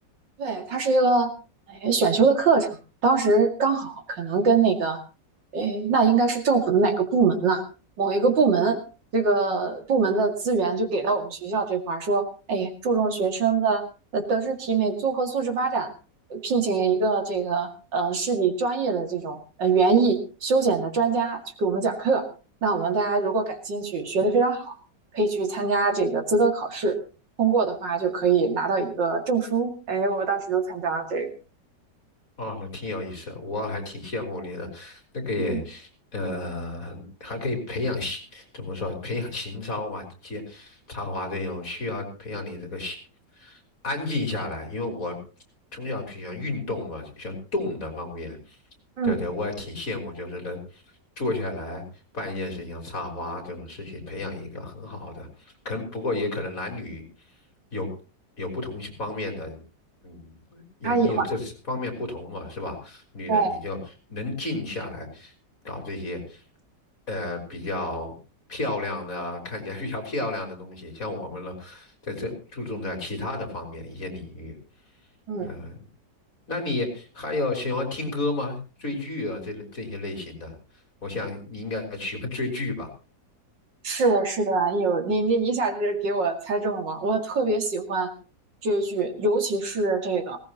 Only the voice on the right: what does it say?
对，它是一个哎选修的课程，当时刚好可能跟那个，哎，那应该是政府的哪个部门呐？某一个部门，这个部门的资源就给到我们学校这块儿，说，哎，注重学生的呃德智体美综合素质发展，呃聘请一个这个呃市里专业的这种呃园艺修剪的专家去给我们讲课。那我们大家如果感兴趣，学得非常好，可以去参加这个资格考试。通过的话就可以拿到一个证书。哎，我当时就参加了这个。
嗯，
嗯
差异化，
对，
嗯。
是的，是的，有你你一下子给我猜中了，我特别喜欢追剧，尤其是这个，